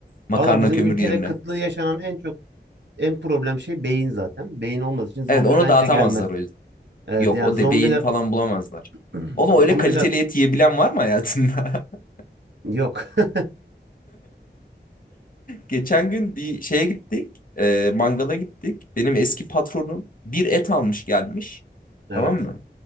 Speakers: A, on the left; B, on the right.
A: makarna
B: Valla bizim
A: kömür
B: ülkede
A: yerine?
B: kıtlığı yaşanan en çok en problem şey beyin zaten. Beyin olmadığı için zombi
A: Evet onu
B: bence
A: dağıtamazlar
B: gelmez.
A: o yüzden.
B: Evet,
A: Yok
B: yani
A: o
B: zombiler
A: de beyin falan bulamazlar.
B: <clears throat>
A: Oğlum
B: zombiler
A: öyle kaliteli et yiyebilen var mı hayatında? <laughs>
B: yok. <laughs>
A: Geçen gün bir şeye gittik. E, mangala gittik. Benim eski patronum bir et almış gelmiş.
B: Evet
A: Tamam mı?